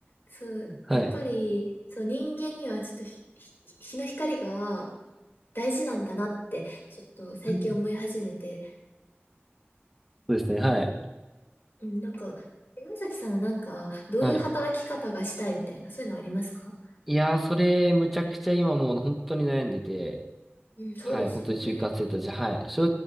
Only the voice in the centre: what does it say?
はい。
そうですね。はい。
はい。
いやー、それ、むちゃくちゃ今もう本当に悩んでて、
はい、本当に就活生たち、はい。正